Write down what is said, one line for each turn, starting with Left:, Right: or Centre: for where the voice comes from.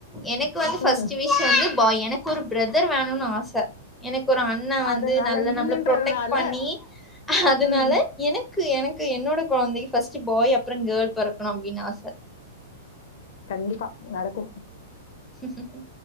Centre: எனக் கு வந்து ஃபஸ்ட்
Left: ம்
Centre: விஷ் வந்து பாய் எனக்கு ஒரு பிரதர் வேணுன்னு ஆச எனக்கு ஒரு அண்ண வந்து
Left: அதனால
Centre: நல்ல
Left: இல்லன்றதுனால
Centre: நம்ப்ள ப்ரொடெக்ட் பண்ணி அதுனால
Left: ம்
Centre: எனக்கு எனக்கு என்னோட கொழந்தைக்கு ஃபர்ஸ்ட்டு பாய் அப்பற கேர்ள் பொறக்கணு அப்டின்னு ஆச
Left: கண்டிப்பா நடக்கு
Centre: சரி சரி சரி